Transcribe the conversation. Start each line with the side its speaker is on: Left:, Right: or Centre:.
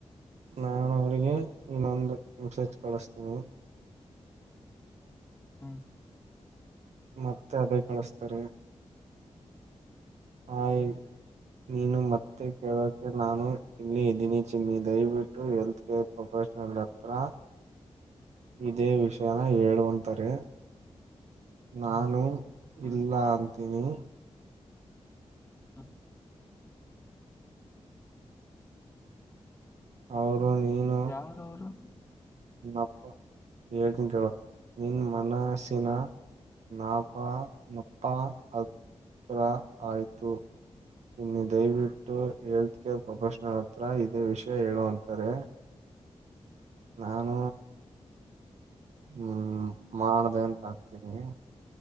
Right: ನಾನ ಅವಿಗೆ ಇನ್ನೊಂದು ನಿಮಷ ಕಳಸ್ತೀನಿ
Left: ಹಾ
Right: ಮತ್ತೆ ಅದೇ ಕಳಸ್ತಾರೆ ಆಯ್
Left: ಯಾರವರು
Right: ನೀನು ಮತ್ತೆ ಕೇಳಕ್ ನಾನು ಇಲ್ಲಿ ದಿನಿಚಿನ್ನ ದಯವಿಟ್ಟು ಹೆಲ್ತ್ ಕೇರ್ ಪ್ರೊಫೆಷನಲ್ ಹತ್ರ ಇದೇ ವಿಷಯನ ಹೇಳುವಂತಾರೆ ನಾನು
Left: ಹ್ಮ್
Right: ಇಲ್ಲ ಅಂತೀನಿ
Left: ಹಾ
Right: ಅವೌರು ನೀನ್
Left: ಯಾರ ಅವರು
Right: ಅಪ್ಪ ಹೇಳ್ತನ್ ಕೇಳ ನಿನ್ ಮನಸಿನ ನಾಪ ನಪ್ಪ ಹತ್ತರ ಆಯ್ತು ಇನ್ನು ದಯವಿಟ್ಟು ಹೆಲ್ತ್ ಕೇರ್ ಪ್ರೊಫೆಷನಲ್ ಹತ್ರ ಇದೇ ವಿಷಯ ಹೇಳೋ ಅಂತಾರೆ ನಾನು ಹ್ಮ್ ಮಾಡ್ದ ಅಂತ ಆಗ್ತೀನಿ